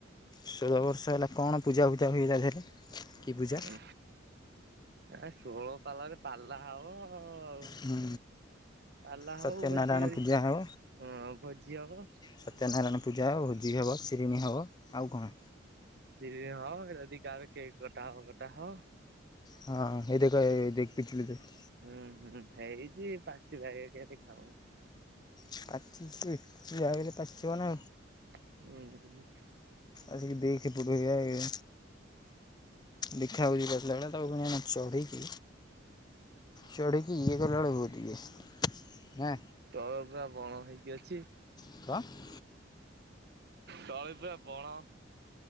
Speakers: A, on the left; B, on the right.
A: ଷୋହଳ ବର୍ଷ ହେଲା କଣ ପୂଜା ଫୁଜା ହୁଏ ତା ଦେହରେ? କି ପୂଜା
B: ଉଁ ଆ ଷୋଳ ପାଲାରେ ପାଲା ହବ ଆଉ।
A: ହୁଁ
B: ପାଲା
A: ସତ୍ୟନାରାୟଣ
B: ହଉ ଭୋଜି କରିକି
A: ପୂଜା ହେବ।
B: ହଁ ଭୋଜି ହବ।
A: ସତ୍ୟନାରାୟଣ ପୂଜା ହବ ଭୋଜି ହବ ଶିରିଣୀ ହବ। ଆଉ କଣ?
B: ଶିରିଣି ହବ। ଯଦି କାହାର କେକ୍ କଟା ହବ କଟା ହବ।
A: ହଁ ହେଇ ଦେଖ ଏ ଦେଖ୍ ପିଜୁଳି ଦେଖ୍।
B: ହୁଁ ହୁଁ। ହେଇଚି ପାଚିଲ ଭଳିଆ କାଇଁ ଦେଖା ଯାଉନି।
A: ପାଚିଚି ବେ ଯାହେଲେ ବି ପାଚିଥିବ ନା।
B: <unintelligible>
A: ଆସ କି <unintelligible> ଦେଖା ଯାଉଚି ପାଚିଲା ଭଳିଆ ତାକୁ ପୁଣି ଏଇନା ଚଢିକି ଚଢ଼ିକିି ଇଏ କଲା ବେଳକୁ ବହୁତ ଇଏ। ନା?
B: ତଳ ପୁରା ବଣ ହେଇକି ଅଛି।
A: <unintelligible>
B: ତଳେ ପୁରା ବଣ